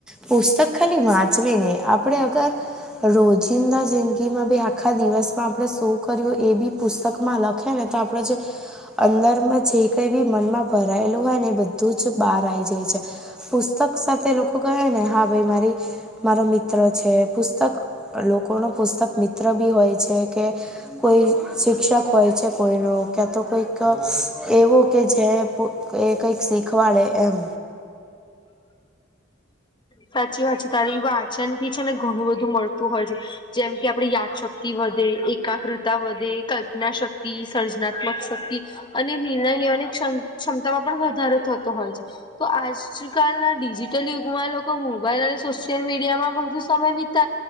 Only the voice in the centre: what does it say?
પુસ્તક ખાલી વાંચવી નઈ આપડે અગર રોજિંદા જિંદગીમાં બી આખા દિવસમાં આપણે શું કર્યું એ બી પુસ્તકમાં લખે ને તો આપણે જે અંદરમાં જે કઈ બી મનમાં ભરાયેલું હોય ને એ બધું જ બહાર આવીઈ જાય છે. પુસ્તક સાથે લોકો કહે ને હા ભાઈ મારી મારો મિત્ર છે પુસ્તક લોકો ન પુસ્તક મિત્ર બી હોય છે કે કોઈ શિક્ષક હોય છે કોઈનો ક્યા તો કોઈક એવો કે જે એ કઈક શીખવાડે એમ